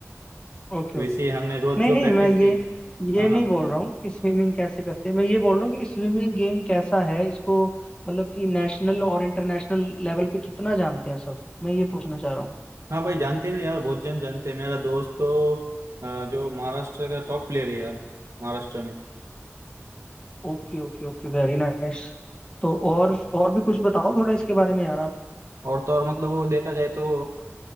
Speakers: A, on the left; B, on the right.
A: ओके
B: वैसे
A: ओके
B: ही हमने रोज
A: नहीं
B: जो
A: नहीं
B: प्रैक्टिस
A: मैं
B: की
A: ये ये
B: हाँ
A: नहीं
B: हाँ
A: बोल रहा हूँ कि स्विमिंग कैसे करते हैं मैं ये बोल रहा हूँ कि स्विमिंग गेम कैसा है इसको मतलब कि नेशनल और इंटरनेशनल लेवल पे कितना जानते हैं सब मैं ये पूछना चाह रहा हूँ
B: हाँ भाई जानते हैं ना यार बहुत जन जानते हैं मेरा दोस्त तो अ, जो महाराष्ट्र का टॉप प्लेयर है यार महाराष्ट्र में
A: Okay okay okay very nice तो और और भी कुछ बताओ थोड़ा इसके बारे में यार आप
B: और तो और मतलब वो देखा जाए तो